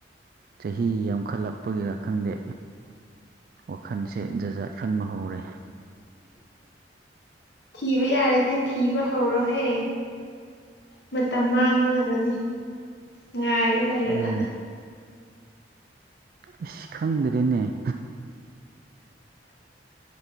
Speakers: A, on the right; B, on the left.
A: ꯆꯍꯤ ꯌꯥꯝꯈꯠꯂꯛꯄꯒꯤꯔ ꯈꯪꯗꯦ ꯋꯥꯈꯜꯁꯦ ꯖꯖꯥꯠ ꯈꯟꯕ ꯍꯧꯔꯦ
B: ꯊꯤꯕ ꯌꯥꯔꯗꯤ ꯊꯤꯕ ꯍꯧꯔꯣꯍꯦ ꯃꯇꯝ ꯃꯥꯡꯅꯅꯕꯅꯤ ꯉꯥꯏꯔ ꯂꯩꯔꯒ
A: ꯎꯝ ꯑꯁ ꯈꯪꯗ꯭ꯔꯦꯅꯦ <inaudible>